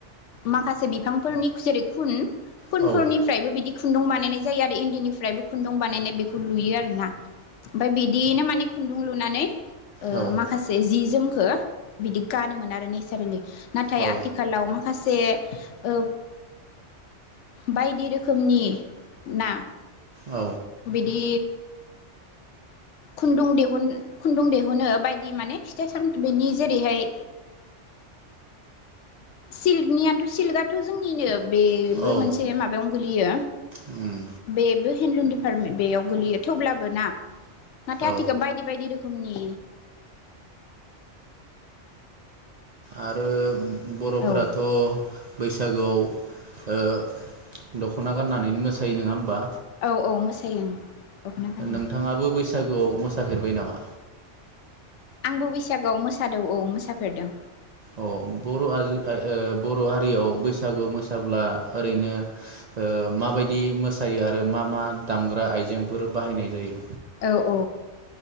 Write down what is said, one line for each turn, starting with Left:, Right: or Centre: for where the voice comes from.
Left: माखासे बिफांफोरनि जेरै खुन खुनफोरनि
Right: औ
Left: बिदि खुन्दुं बानायनाय जायो आरो इन्दि निफ्रायबो खुन दुं बानायनाय बेखौ नुयो आरो ना ओमफ्राय बिदियैनो माने खुन्दुं लुनानै ओ
Right: औ
Left: माखासे जि जोमखो बिदि गानोमोन आरो नेसारेलि। नाथाय
Right: औ
Left: आथिखालाव माखासे ओ बायदि रो खोमनि ना?
Right: औ
Left: बिदि खुन्दुं दिहुन खुन्दुं दिहुनो बायदि माने फिथाइ सामथ बिनि जेरैहाय सिलनियाथ' सिलगाद जोंनिनो बेबो
Right: औ
Left: मोनसे माबायाव गोलो यो।
Right: उम
Left: बेबो हेन्दलुन डिपार्टमेन्ट बेयाव गोलैयो थेवब्लाबो ना? नाथाय
Right: औ
Left: आथिखो बायदि बायदि रो खोमनि
Right: आरो बर'फोराथ'
Left: औ
Right: बैसागोआव। ओ दख'ना गाननानै मोसायो नङा होमबा?
Left: औ औ मोसायो ओं। दख'ना गानो
Right: नोंथाङाबो बैसागोआव मोसाफेरबाय नामा?
Left: आंबो बैसागोआव मोसादौ औ मोसाफेरदों।
Right: औ बर' ओ बर' हारियाव बैसागु मोसाब्ला ओरैनो ओ माबायदि मोसायो आरो मा मा दामग्रा आइजेंफोर बाहायनाय जायो।
Left: औ औ